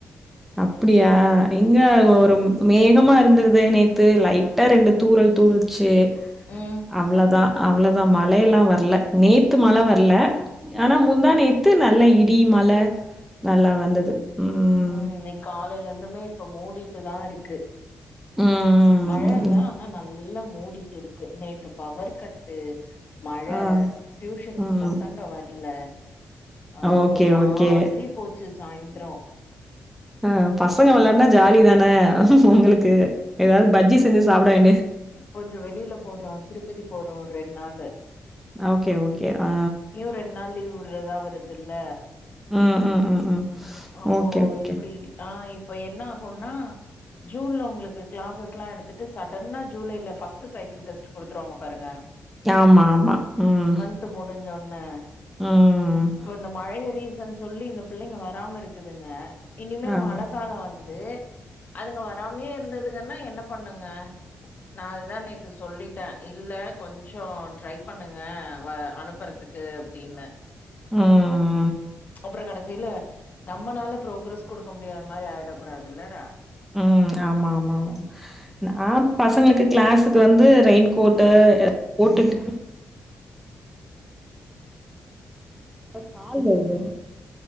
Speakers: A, in the centre; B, on the left.
A: அப்டியா இங்க ஒரு மேகமா இருந்துது நேத்து லைட் டா ரெண்டு தூரல் தூருச்சு
B: ம்
A: அவ்ளோதா அவ்ளோதா மழையெல்லா வர்ல நேத்து மழ வர்ல ஆனா முந்தாநேத்து நல்லா இடி மழ நல்லா வந்தது ம்
B: ம் இன்னை காலையிலருந்துமே இப்ப மூடிட்டு தா இருக்கு
A: ம்
B: மழை இல்ல
A: ம்
B: ஆன நல்லா மூடிட்டு இருக்கு நேத்து பவர் கட்டு மழை
A: ஆ
B: டியூஷனுக்கு
A: ம்
B: பசங்க வரல அ
A: ஓகே
B: ஒரு மாதிரி
A: ஓகே
B: போச்சு சாயந்திரம்
A: ஆ பசங்க வெளயாடுனா ஜாலி தானே உங்களுக்கு ஏதாவது பஜ்ஜி செஞ்சு சாப்பிட வேண்டிய
B: கொஞ்சம் வெளியில போறோம் திருப்பதி போறோம் ஒரு ரெண்டு நாளு
A: ஓகே ஓகே ஆ
B: ரெண்டு நாள் லீவ் விடுறதா வருதுல்ல
A: ஹம் ஹம் ம்
B: அப்போ
A: ஓகே ஓகே
B: இப்டி ஆ இப்போ என்ன ஆகும்ன்னா ஜூன்ல உங்களுக்கு கிளாசஸ்ல்லா எடுத்துட்டு சடன்னா ஜூலைல பர்ஸ்ட்டு சைக்கிள் டெஸ்ட் குடுத்துருவாங்க பாருங்க
A: ஆமா ஆமா ம்
B: பாத்து முடிஞ்சவோன்னே
A: ம்
B: அந்த மழைய ரீசன் சொல்லி இந்த பிள்ளைங்க வராம இருக்குதுங்க இனிமேல்
A: ஆம்
B: மழை காலம் வந்துட்டு அதுங்க வராமே இருந்ததுங்கன்னா என்ன பண்ணுங்க நான் அதுதான் ந சொல்லிட்டேன் இல்ல கொஞ்சம் ட்ரை பண்ணுங்க அனுப்புறதுக்கு அப்டின்னு
A: ம் ம்
B: அப்புறம் கடைசியில நம்மளால பு்ரோக்ரஸ் கொடுக்க முடியாத மாரி ஆயிடக் கூடாது இல்லடா
A: ம் ஆமா ஆமா ஆமா ஆ பசங்களுக்கு கிளாஸுக்கு வந்து ரெயின்கோட்டு போட்டுட்டு இல்ல கால் வருது